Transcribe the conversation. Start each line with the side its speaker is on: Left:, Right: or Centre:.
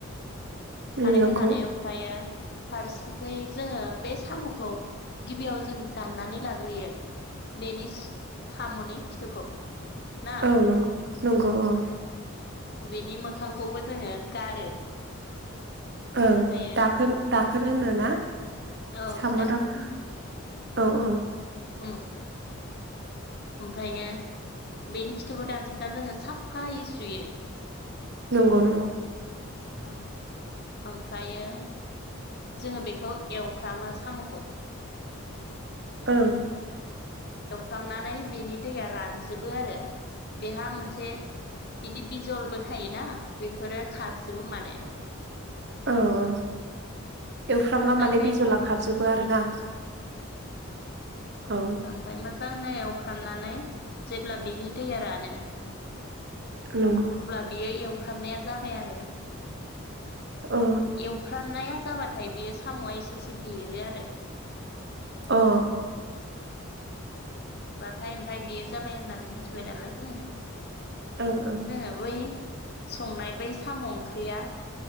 Right: उम
Left: खारै
Right: नंगौ
Left: होनानै ओमफ्रायो फारसेखै जोङो बे साम'खौ गिबियाव जों दाननानै लाग्रोयो बेनि साम'नि खिथुखौ। ना
Right: औ नंगौ नंगौ औ
Left: बेनि मोखांखौबो जोङो गारो
Right: ओं
Left: ओमफ्रायो
Right: दाखोन दाखोन होनो ना
Left: औ
Right: साम'
Left: दाखोन
Right: दाख
Left: होनो
Right: औ औ।
Left: उम ओमफायो बेनि खिथुखौ दानजोबनानै जोङो साफायै सुयो।
Right: नंगौ नंगौ।
Left: ओं ओमफ्रायो जोङो बेखौ एवफ्रामो साम'खौ।
Right: ओं
Left: एवफ्रामनानै बेनि दैया रानजोबो आरो बेहा मोनसे बिदि बिजलबो थायोना बेफोरो खारजोबो माने।
Right: औ औ एवफ्रामबा
Left: मोजाङै
Right: माने बिजला खारजोबो आरो ना। औ
Left: ओमफाय मोज जाङै एवफ्रामनानै जेब्ला बेनि दैया रानो
Right: नंगौ
Left: अब्ला बियो एव फ्रामनाया जाबाय आरो।
Right: अ
Left: एवफ्रामनाया जाबाथाय बेयो साम'आ एसे एसे बेरो आरो।
Right: अ
Left: थाय ओमफाय बेयो जाबाय होननानै मिथिबाय नालाय जोङो
Right: ओं ओं
Left: ए बै संनाय बै साम' ओंख्रिया